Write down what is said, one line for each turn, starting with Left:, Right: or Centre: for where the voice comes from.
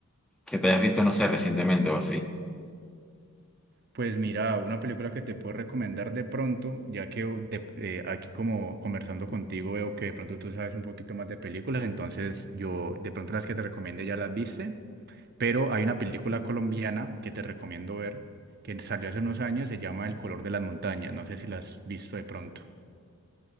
Centre: que te hayas visto, no sé, recientemente o así.
Right: Pues mira, una película que te puedo recomendar de pronto, ya que o, de- eh, aquí como conversando contigo veo que de pronto tú sabes un poquito más de películas, entonces yo de pronto las que te recomiende ya las viste. Pero hay una película colombiana que te recomiendo ver, que salió hace unos años, se llama El color de las montañas. No sé si la has visto de pronto.